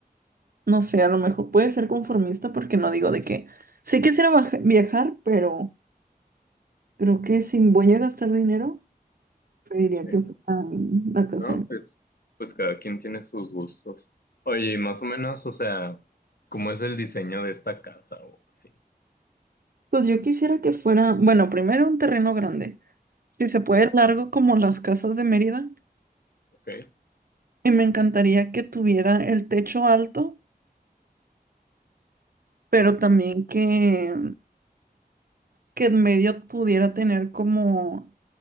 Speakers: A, on the right; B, on the left.
A: no sé, a lo mejor puede ser conformista porque no digo de que sí quisiera baja- viajar, pero creo que si voy a gastar dinero. preferiría
B: Sí,
A: que fuera en la casa
B: no,
A: de-
B: pues, pues cada quien tiene sus gustos. Oye, y más o menos, o sea, ¿cómo es el diseño de esta casa o así?
A: Pues yo quisiera que fuera, bueno, primero un terreno grande, si se puede largo como las casas de Mérida,
B: ¿Ok?
A: y me encantaría que tuviera el techo alto, pero también que, que en medio pudiera tener como,